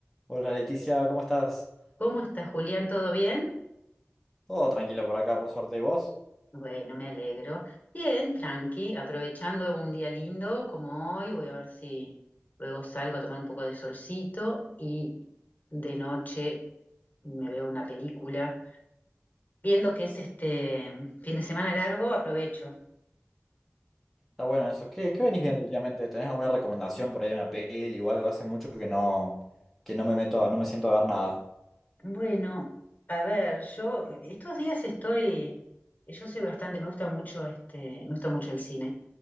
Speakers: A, in the centre; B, on the left.
A: Hola Leticia, ¿cómo estás?
B: ¿Cómo está Julián? ¿Todo bien?
A: Todo tranquilo por acá, por suerte. ¿Y vos?
B: Bueno, me alegro. Bien, tranqui, aprovechando un día lindo como hoy, voy a ver si luego salgo a tomar un poco de solcito y de noche me veo una película. Viendo que es este fin de semana largo, aprovecho.
A: Está bueno eso. ¿Qué, qué venís viendo últimamente? ¿Tenés alguna recomendación por ahí de una peli o algo? Hace mucho que no, que no me meto, no me siento a ver nada.
B: Bueno, a ver, yo estos días estoy, yo soy bastante, me gusta mucho este, me gusta mucho el cine,